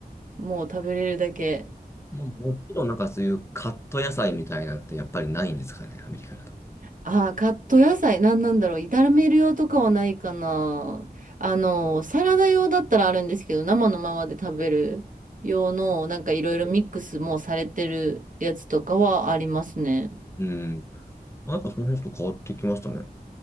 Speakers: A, on the right; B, on the left.
A: もう食べれるだけ。
B: もうもちろんなんかそういうカット野菜みたいなのってやっぱりないんですかね、アメリカだと。
A: ああ、カット野菜、なんなんだろう。炒める用とかはないかな。あの、サラダ用だったらあるんですけど、生のままで食べる用の、なんかいろいろミックスもされてるやつとかはありますね。
B: うん。やっぱその辺ちょっと変わってきましたね。